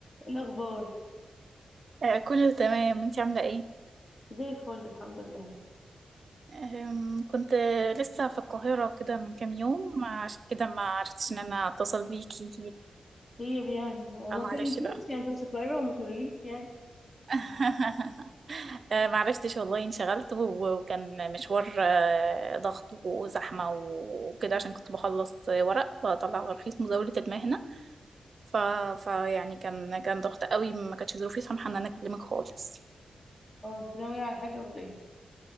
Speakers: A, on the left; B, on the right.
A: إيه الأخبار
B: آه، كله تمام انتي عاملة ايه؟
A: زي الفل الحمد لله
B: آم، كنت لسه في القاهرة كده من كام يوم عشان كده ما عرفتش ان انا اتصل بيكي
A: طيب يعني هو
B: آه،
A: ما
B: معلش
A: كلمتنيش
B: بقى
A: يعني انت مش قريبة وما تقوليش يعني
B: <laughs> آه، ما عرفتش والله انشغلت و- وكان مشوار آه، ضغط وزحمة وكده عشان كنت بخلص ورق بطلع ترخيص مزاولة المهنة ف... فيعني كان كان ضغط قوي ما كانتش ظروفي سامحة ان انا اكلمك خالص
A: اه انت ناوية على حاجة ولا ايه؟